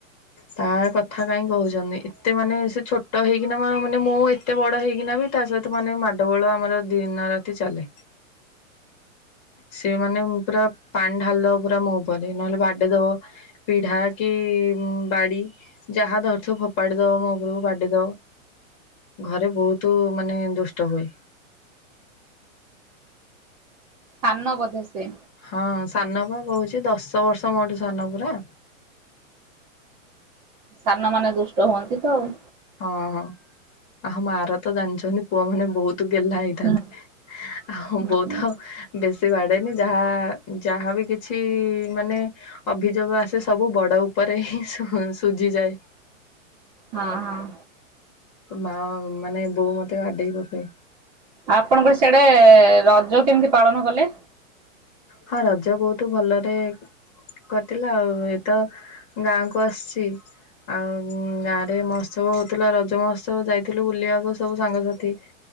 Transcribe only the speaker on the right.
ସାନ ବୋଧେ ସିଏ?
ସାନ ମାନେ ଦୁଷ୍ଟ ହୁଅନ୍ତିତ ଆଉ।
ହୁଁ
ହଁ
ହଁ ହଁ।
ଆପଣଙ୍କର ସିଆଡ଼େ ରଜ କେମିତି ପାଳନ କଲେ?